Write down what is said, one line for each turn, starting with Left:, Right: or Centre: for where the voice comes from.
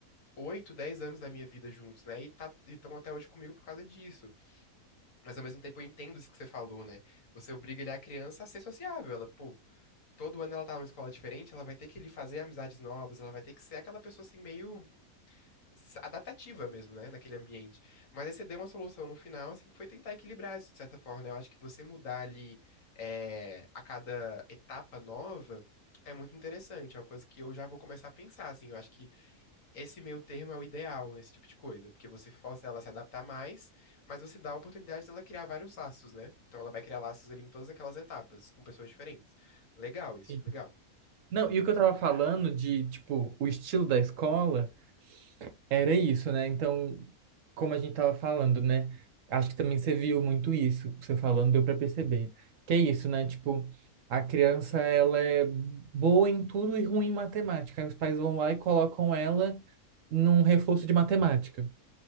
Left: oito, dez anos da minha vida juntos, né? E tá, estão até hoje comigo por causa disso. Mas ao mesmo tempo eu entendo isso que você falou, né? Você obriga ele, a criança, a ser sociável. Ela, pô, todo ano ela tá numa escola diferente, ela vai ter que ele fazer amizades novas, ela vai ter que ser aquela pessoa assim meio s- adaptativa mesmo, né, naquele ambiente. Mas aí você deu uma solução no final, assim, que foi tentar equilibrar isso, de certa forma, né? Eu acho que você mudar ali é, a cada etapa nova é muito interessante, é uma coisa que eu já vou começar a pensar, assim, eu acho que esse meio termo é o ideal nesse tipo de coisa, porque você força ela a se adaptar mais, mas você dá a oportunidade dela criar vários laços, né? Então ela vai criar laços ali em todas aquelas etapas, com pessoas diferentes. Legal isso,
Right: Sim.
Left: legal.
Right: Não, e o que eu tava falando de, tipo, o estilo da escola. Era isso, né? Então, como a gente tava falando, né? Acho que também você viu muito isso, você falando, deu para perceber. Que é isso, né? Tipo, a criança, ela é boa em tudo e ruim em matemática. Aí os pais vão lá e colocam ela num reforço de matemática.